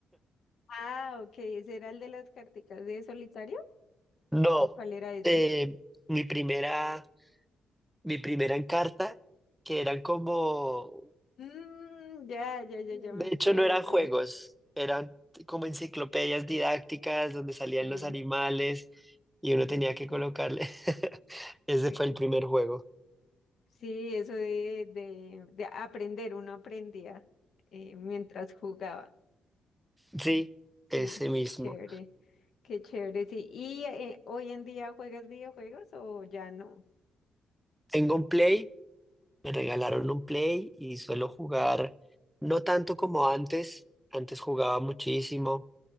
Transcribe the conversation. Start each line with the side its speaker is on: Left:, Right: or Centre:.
Left: Ah, ok, ¿ese era el de las carticas de solitario?
Centre: No,
Left: ¿O cuál era ese?
Centre: eh, mi primera, mi primera Encarta, que eran como,
Left: Mm, ya, ya, ya,
Centre: de
Left: ya me acuerdo.
Centre: hecho no eran juegos, eran como enciclopedias didácticas donde salían
Left: Sí,
Centre: los animales y uno
Left: sí,
Centre: tenía
Left: sí,
Centre: que colocarle.
Left: sí.
Centre: <laughs> Ese
Left: Que-
Centre: fue el primer juego.
Left: sí, eso de, de, de aprender, uno aprendía eh, mientras jugaba.
Centre: Sí, ese
Left: Sí,
Centre: mismo.
Left: chévere, qué chévere. Sí. ¿Y eh, hoy en día juegas videojuegos o ya no?
Centre: Tengo un Play, me regalaron un Play y suelo jugar, no tanto como antes, antes jugaba muchísimo,